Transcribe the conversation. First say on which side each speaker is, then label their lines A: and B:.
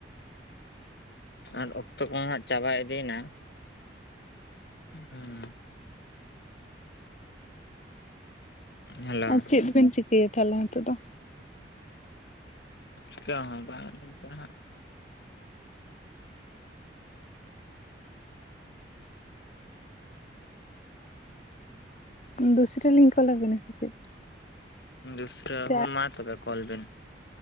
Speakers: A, on the left; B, on the left.
A: ᱟᱨ ᱚᱠᱛᱚ ᱠᱚ ᱦᱟᱸᱜ ᱪᱟᱵᱟ ᱤᱫᱤᱭᱮᱱᱟ ᱦᱩᱸ ᱦᱮᱞᱳ
B: ᱟᱨ ᱪᱮᱫ ᱵᱮᱱ ᱪᱤᱠᱟᱹᱭᱟ ᱛᱟᱦᱚᱞᱮ ᱦᱤᱸᱛᱚᱜ ᱫᱚ
A: ᱪᱤᱠᱟᱹ ᱦᱚᱸ ᱵᱟᱝ <unintelligible> ᱦᱟᱸᱜ
B: ᱫᱚᱩᱥᱨᱟ. ᱞᱤᱧ ᱠᱚᱞ ᱟᱵᱤᱱᱟ ᱥᱮ ᱪᱮᱫ?
A: ᱫᱩᱥᱨᱟᱹ
B: ᱥᱮ
A: ᱦᱳ ᱢᱟ ᱛᱚᱵᱮ ᱠᱚᱞ ᱵᱤᱱ